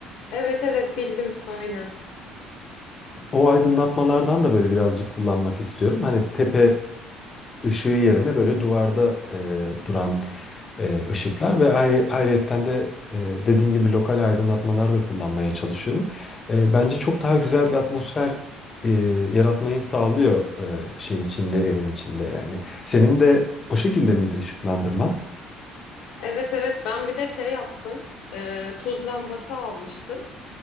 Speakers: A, on the left; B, on the left.
A: evet evet bildim aynen.
B: O aydınlatmalardan da böyle birazcık kullanmak istiyorum. Hani tepe ışığı yerine böyle duvarda e, duran e, ışıklar ve ayrı, ayrıyetten de e, dediğin gibi lokal aydınlatmalar da kullanmaya çalışıyorum. E, bence çok daha güzel bir atmosfer e, yaratmayı sağlıyor e, şeyin içinde, evin içinde yani. Senin de o şekilde miydi ışıklandırman?
A: Evet evet ben bir de şey yaptım. Ee, tuz lambası almıştım.